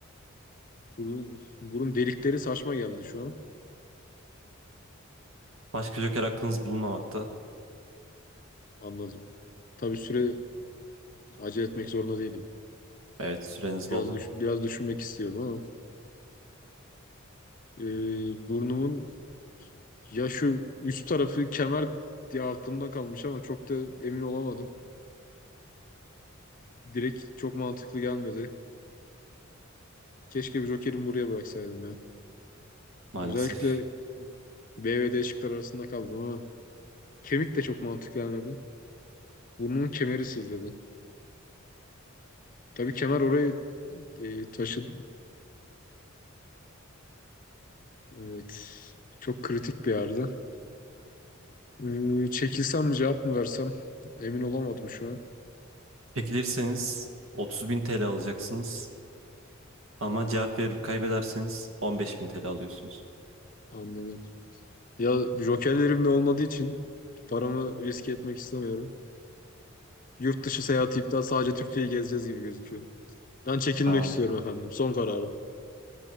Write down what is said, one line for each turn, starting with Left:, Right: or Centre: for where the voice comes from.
Left: Burun, burun delikleri saçma geldi şu an.
Right: Başka joker hakkınız bulunmamakta.
Left: Anladım. Tabii süre acele etmek zorunda değilim.
Right: Evet süreniz
Left: Biraz
Right: bol
Left: düş- biraz düşünmek istiyorum ama e, burnumun ya şu üst tarafı kemer diye aklımda kalmış ama çok da emin olamadım. Direkt çok mantıklı gelmedi. Keşke bir Joker'imi buraya bıraksaydım ya.
Right: maalesef.
Left: Özellikle B ve D şıklar arasında kaldım ama kemik de çok mantıklı gelmedi. Burnumun kemeri sızladı. Tabii kemer orayı e, taşıdı. Evet. Çok kritik bir yerde. Ee, çekilsem mi cevap mı versem emin olamadım şu an.
Right: Çekilirseniz 30.000 TL alacaksınız. Ama cevap verir kaybederseniz 15.000 TL alıyorsunuz.
Left: Anladım. Ya jokerlerim de olmadığı için paramı riske etmek istemiyorum. Yurt dışı seyahati iptal sadece Türkiye'yi gezeceğiz gibi gözüküyor. Ben çekilmek
Right: Tamam.
Left: istiyorum efendim. Son kararım.